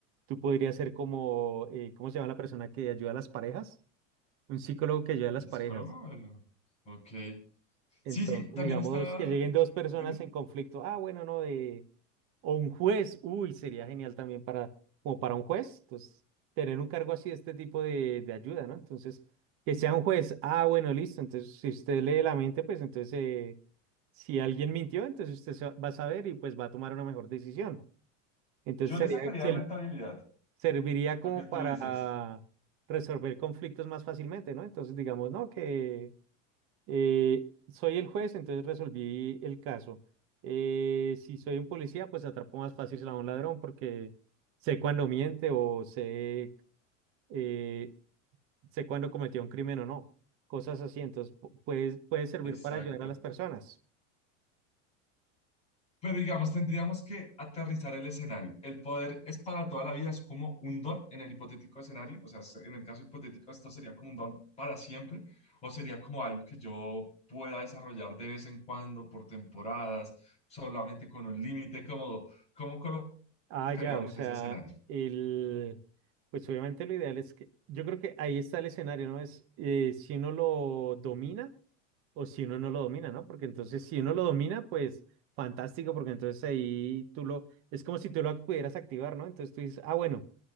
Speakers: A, on the right; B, on the left.
A: tú podrías ser como, eh, ¿cómo se llama la persona que ayuda a las parejas? Un psicólogo que ayuda a las
B: ¿El
A: parejas.
B: psicólogo? El- Ok.
A: Entonces,
B: Sí, sí, también
A: digamos
B: está,
A: que lleguen dos personas
B: dime.
A: en conflicto. Ah, bueno, no, de... O un juez. Uy, sería genial también para, como para un juez. Entonces, tener un cargo así, este tipo de, de ayuda, ¿no? Entonces, que sea un juez. Ah, bueno, listo. Entonces, si usted lee la mente, pues entonces, eh, si alguien mintió, entonces usted se va va a saber y pues va a tomar una mejor decisión. Entonces,
B: Yo
A: sería,
B: le sacaría
A: se-
B: rentabilidad,
A: serviría como
B: lo que tú
A: para
B: dices.
A: resolver conflictos más fácilmente, ¿no? Entonces, digamos, ¿no? Que... Eh, soy el juez, entonces resolví el caso. Eh, si soy un policía, pues atrapo más fácil a un ladrón porque sé cuándo miente o sé, eh, sé cuándo cometió un crimen o no. Cosas así, entonces pu- puede, puede servir
B: Exacto.
A: para ayudar a las personas.
B: Pero digamos, tendríamos que aterrizar el escenario. ¿El poder es para toda la vida? ¿Es como un don en el hipotético escenario? O sea, es- en el caso hipotético, ¿esto sería como un don para siempre? ¿O sería como algo que yo pueda desarrollar de vez en cuando, por temporadas, solamente con un límite? ¿Cómo, cómo colocaríamos
A: Ah, ya, o sea,
B: ese escenario?
A: el, pues obviamente lo ideal es que, yo creo que ahí está el escenario, ¿no? Es eh, si uno lo domina. O si uno no lo domina, ¿no? Porque entonces si uno lo domina, pues fantástico, porque entonces ahí tú lo... Es como si tú lo pudieras activar, ¿no? Entonces tú dices, ah, bueno,